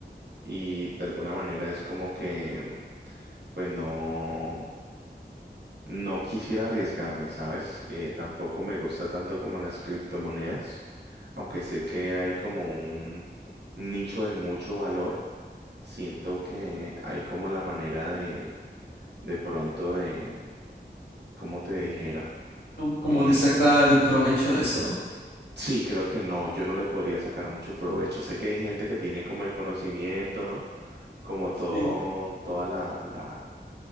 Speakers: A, on the right; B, on the left.
A: y de alguna manera es como que, pues no. No quisiera arriesgarme, ¿sabes? Eh, tampoco me gusta tanto como las criptomonedas, aunque sé que hay como un nicho de mucho valor. Siento que hay como la manera de, de pronto de, ¿cómo te dijera?
B: como
A: Eh,
B: de sacar provecho de eso.
A: Sí, creo que no, yo no le podría sacar mucho provecho. Sé que hay gente que tiene como el conocimiento, ¿no? Como
B: sí
A: todo, toda la, la,